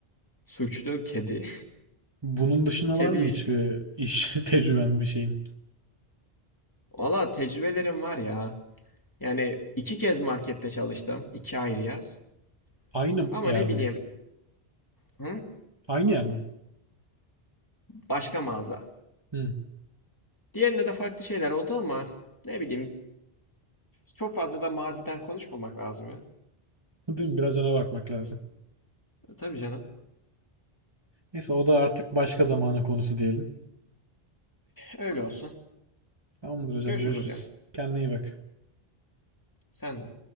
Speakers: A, on the left; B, on the right.
A: Suçlu kedi.
B: Bunun
A: <laughs>
B: dışında
A: Kedi.
B: var mı hiçbir iş <laughs> tecrüben bir şeyin?
A: Valla tecrübelerim var ya. Yani iki kez markette çalıştım. iki ayrı yaz.
B: Aynı
A: Ama
B: yerde
A: ne bileyim.
B: mi?
A: Hı?
B: Aynı yer mi?
A: Başka mağaza.
B: Hı.
A: Diğerinde de farklı şeyler oldu ama ne bileyim. Çok fazla da maziden konuşmamak lazım ya.
B: Değil mi? Biraz ona bakmak lazım.
A: E, Tabii canım.
B: Neyse o da artık başka zamanın konusu diyelim.
A: Öyle olsun.
B: Tamamdır hocam
A: Görüşürüz
B: görüşürüz.
A: hocam.
B: Kendine iyi bak.
A: Sen de.